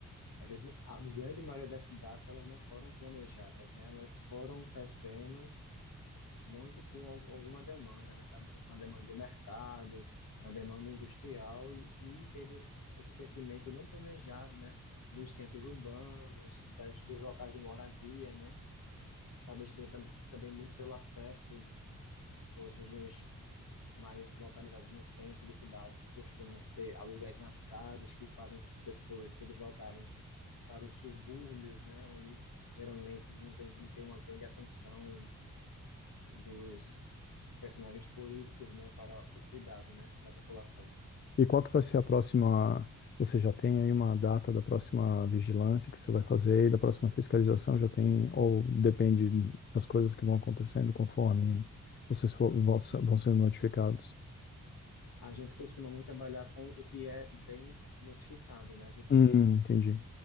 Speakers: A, on the left; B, on the left.
A: a gente, não- a grande maioria das cidades, elas não foram planejadas, né? Elas foram crescendo muito por al- alguma demanda, né? Talvez uma demanda de mercado, uma demanda industrial, e, e teve esse crescimento não planejado, né? Dos centros urbanos, das, dos locais de moradia, né? Talvez também, tam- também muito pelo acesso, pois regiões mais localizadas no centro de cidades costumam ter aluguéis mais caros, que fazem essas pessoas se deslocarem para os subúrbios, né? Onde geralmente não tem, não tem uma grande atenção dos personagens políticos, né, para o cuidado, né, da população.
B: E qual que vai ser a próxima? Você já tem aí uma data da próxima vigilância que você vai fazer e da próxima fiscalização? Já tem, ou depende das coisas que vão acontecendo conforme vocês for, vão, se- vão sendo notificados?
A: A gente costuma muito trabalhar com o que é bem notificado, né? A gente
B: Hum, entendi.